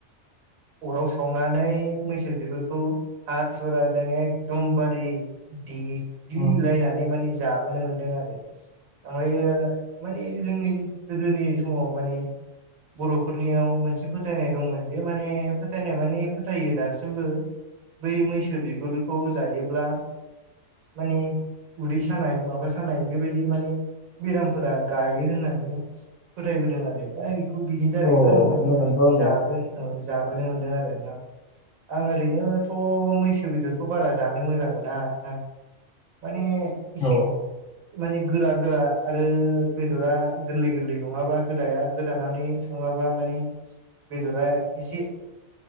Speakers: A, on the right; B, on the left.
A: अराव सावनानै मैसो बिगुरखौ हाथुराजों एखदमबारि दिप ग्लिलायनानै
B: औ
A: माने जाबोनो मोनदों आरो ओमायो माने जोंनि गोदोनि समाव माने बर'फोरनियाव मोनसे फोथायनाय दंमोन। माने फोथायनाय मानि फोथायो दासिमबो बै मैसो बिगुरखौ जायोब्ला माने उदै सानाय माबा सानाय बेबायदि माने बेरामफोरा गायो होननानै फोथायबोदों आरो दा बिनि दारैबो
B: अ
A: आं माने
B: मोजांथ' होनबा
A: औ जाबोनो मोनदों आरोा आं ओरैनोथ' मैसो बेदरखौ बारा जानो मोजां मोजां मोना न माने एसे
B: औ
A: माने गोरा गोरा आरो बेदरा गोरलै गोरलै नङाबा गोदाया गोदानानै सङा बा मानि बेदरा एसे